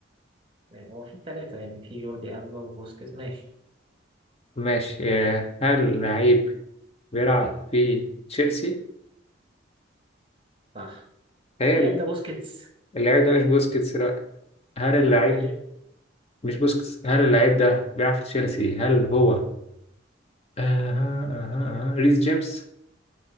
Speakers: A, on the right; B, on the left.
A: يعني هو في ثلاثه يعني في جوردي البا وبوسكيتس ماشي
B: ماشي آه... هل اللاعب بيلعب في تشيلسي
A: صح
B: هل
A: اللعيب ده بوسكيتس
B: اللاعب ده مش بوسكيتس لا هل اللاعب
A: ايوه
B: ده مش بوسكيتس هل اللاعب ده بيلعب في تشيلسي هل هو آه آه آه آه، ريس جيمس